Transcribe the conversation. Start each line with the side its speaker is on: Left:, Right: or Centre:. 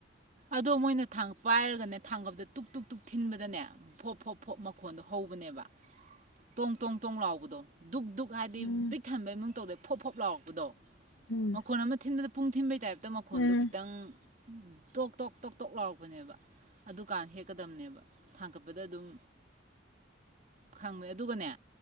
Right: ꯑꯗꯣ ꯃꯣꯏꯅꯥ ꯊꯥꯡ ꯄꯥꯏꯔꯒꯅꯦ ꯊꯥꯡꯒꯞꯗ ꯇꯨꯛ ꯇꯨꯛ ꯇꯨꯛ ꯊꯤꯟꯕꯗꯅꯦ ꯐꯣꯞ ꯐꯣꯞ ꯐꯣꯞ ꯃꯈꯣꯟꯗꯣ ꯍꯧꯕꯅꯦꯕ ꯇꯣꯡ ꯇꯣꯡ ꯇꯣꯡ ꯂꯥꯎꯕꯗꯣ ꯗꯨꯛ ꯗꯨꯛ ꯍꯥꯏꯗꯤ
Left: ꯎꯝ
Right: ꯕꯤꯛ ꯊꯝꯕꯩ ꯃꯑꯣꯡ ꯇꯧꯗꯦ ꯐꯣꯞ-ꯐꯣꯞ ꯂꯥꯎꯔꯛꯄꯗꯣ
Left: ꯎꯝ
Right: ꯃꯈꯣꯜ ꯑꯃ ꯊꯤꯟꯕꯗ ꯄꯨꯡ ꯊꯤꯟꯕꯩ ꯇꯥꯏꯞꯇ ꯃꯈꯣꯟꯗꯨ
Left: ꯎꯝ
Right: ꯈꯤꯇꯪ ꯇꯣꯛ ꯇꯣꯛ ꯇꯣꯛ ꯇꯣꯛ ꯂꯥꯎꯔꯛꯄꯅꯦꯕ ꯑꯗꯨꯀꯥꯟ ꯍꯦꯛꯀꯗꯕꯅꯦꯕ ꯊꯥꯡꯒꯠꯄꯗ ꯑꯗꯨꯝ ꯈꯪꯕꯅꯦ ꯑꯗꯨꯒꯅꯦ